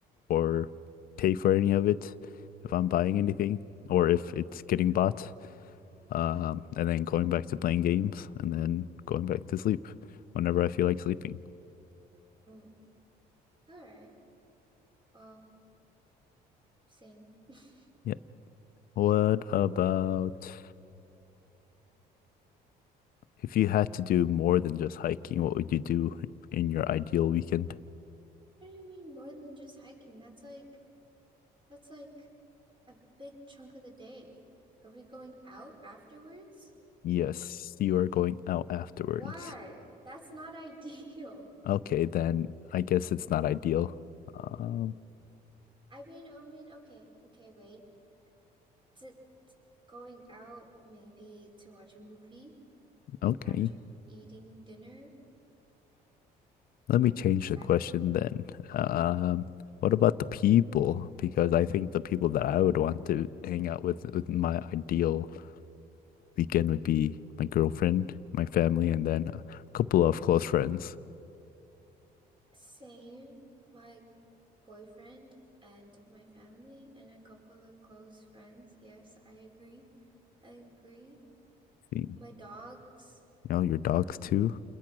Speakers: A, on the left; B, on the right.
A: or pay for any of it if I'm buying anything or if it's getting bought. Um, and then going back to playing games and then going back to sleep whenever I feel like sleeping.
B: Mm. All right. Well, same. <laughs>
A: Yeah. What about if you had to do more than just hiking, what would you do in your ideal weekend?
B: What do you mean more than just hiking? That's like that's like a big chunk of the day. Are we going out afterwards?
A: Yes, you are going out afterwards.
B: Why? That's not ideal.
A: Okay, then I guess it's not ideal. Um,
B: <laughs> I mean, I mean, okay, okay, wait. Is it going out maybe to watch a movie?
A: okay.
B: after eating dinner.
A: Let me change
B: Does
A: the
B: that
A: question
B: count?
A: then. Um, what about the people? Because I think the people that I would want to hang out with, with my ideal weekend would be my girlfriend, my family, and then a couple of close friends.
B: Same, my boyfriend and my family and a couple of close friends. Yes, I agree. I agree.
A: You
B: My dogs.
A: know, your dogs too,